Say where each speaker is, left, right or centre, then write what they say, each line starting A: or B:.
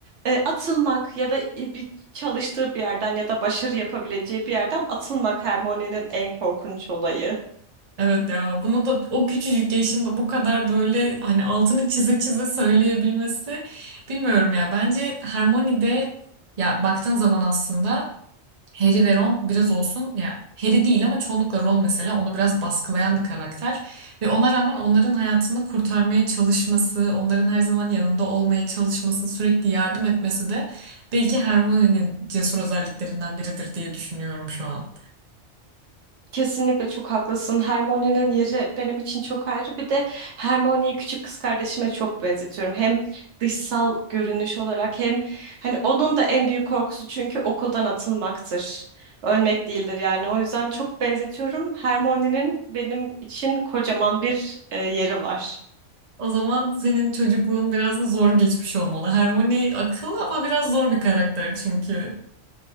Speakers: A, on the right (about 70°); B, on the right (about 35°).
A: e, atılmak ya da e, bir çalıştığı bir yerden ya da başarı yapabileceği bir yerden atılmak Hermione'nin en korkunç olayı.
B: Evet ya bunu da o küçücük yaşında bu kadar böyle hani altını çize çize söyleyebilmesi bilmiyorum ya bence Hermione de ya baktığın zaman aslında Harry ve Ron biraz olsun ya Harry değil ama çoğunlukla Ron mesela onu biraz baskılayan bir karakter ve ona rağmen onların hayatını kurtarmaya çalışması, onların her zaman yanında olmaya çalışması, sürekli yardım etmesi de belki Hermione'nin cesur özelliklerinden biridir diye düşünüyorum şu an.
A: Kesinlikle çok haklısın. Hermione'nin yeri benim için çok ayrı. Bir de Hermione'yi küçük kız kardeşime çok benzetiyorum. Hem dışsal görünüş olarak hem hani onun da en büyük korkusu çünkü okuldan atılmaktır. Ölmek değildir yani. O yüzden çok benzetiyorum. Hermione'nin benim için kocaman bir e, yeri var.
B: O zaman senin çocukluğun biraz da zor geçmiş olmalı. Hermione akıllı ama biraz zor bir karakter çünkü.